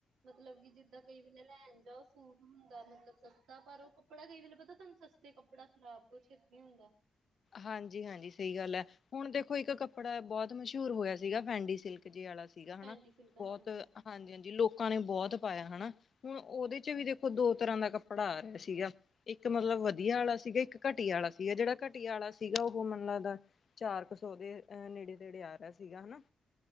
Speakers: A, on the right; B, on the left.
A: ਮਤਲਬ ਕਿ ਜਿੱਦਾਂ ਕਈ ਵੇਲੇ ਲੈਣ ਜਾਓ ਸੂਟ ਹੁੰਦਾ ਮਤਲਬ ਸਸਤਾ ਪਰ ਉਹ ਕੱਪੜਾ ਕਈ ਵੇਲੇ ਪਤਾ ਤੁਹਾਨੂੰ ਸਸਤਾ ਤੇ ਕੱਪੜਾ ਖਰਾਬ ਬਹੁਤ ਛੇਤੀ ਹੁੰਦਾ।
B: ਹਾਂਜੀ-ਹਾਂਜੀ, ਸਈ ਗੱਲ ਐ। ਹੁਣ ਦੇਖੋ ਇੱਕ ਕੱਪੜਾ ਬਹੁਤ ਮਸ਼ਹੂਰ ਹੋਇਆ ਸੀਗਾ ਫੈਂਡੀ ਸਿਲਕ ਜੇ ਆਲਾ ਸੀ। ਸੀਗਾ
A: ਫੈਂਟੀ
B: ਹਨਾ।
A: ਸਿਲਕ
B: ਬਹੁਤ
A: ਹਾਂਜੀ
B: ਹਾਂਜੀ-ਹਾਂਜੀ, ਲੋਕਾਂ ਨੇ ਬਹੁਤ ਪਾਇਆ ਹਨਾ। ਹੁਣ ਉਹਦੇ ਚ ਵੀ ਦੇਖੋ ਦੋ ਤਰਾਂ ਦਾ ਕੱਪੜਾ ਆ ਗੇਆ ਸੀਗਾ। ਇੱਕ ਮਤਲਬ ਵਦੀਆ ਆਲਾ ਸੀਗਾ, ਇੱਕ ਘਟੀਆ ਆਲਾ ਸੀਗਾ, ਜੇਹੜਾ ਘਟੀਆ ਆਲਾ ਸੀਗਾ ਉਹ ਮੈਨੂੰ ਲਗਦਾ ਚਾਰ ਕ ਸੌ ਦੇ ਅ ਨੇੜੇ-ਤੇੜੇ ਆ ਰਿਆ ਸੀਗਾ ਹਨਾ